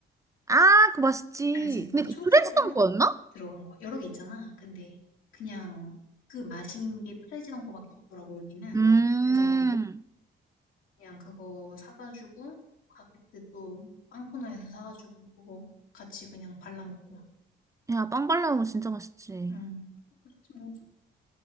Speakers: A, on the right; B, on the left.
A: 아, 그거 맛있지.
B: 알지? 그막
A: 근데 그
B: 초록
A: 프레스던
B: 색깔 막
A: 거였나?
B: 들어간 거 여러 개 있잖아. 근데 그냥 그 맛인 게 프레지던 거밖에 없더라고 여기는.
A: 음.
B: 그래서 그냥 그거 사가지고 가게때 또 빵 코너에서 사가지고 그거 같이 그냥 발라먹고.
A: 야, 빵 발라 먹으면 진짜 맛있지.
B: 응. 그랬지 뭐.